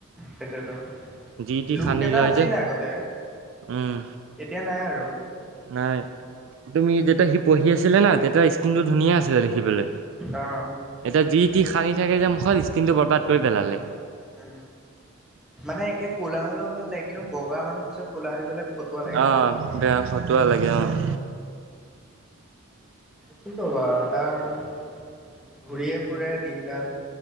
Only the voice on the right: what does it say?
যি টি
সানি
লয়
যে।
উম,
নাই তুমি যেতিয়া সি পঢ়ি আছিলে না, তেতিয়া স্কিনটো ধুনীয়া আছিলে দেখিবলে।
এতিয়া যি তি সানি থাকে যে মুখত স্কিনটো বৰবাদ কৰি পেলালে।
অহ, বেয়া ফটুৱা লাগে অ',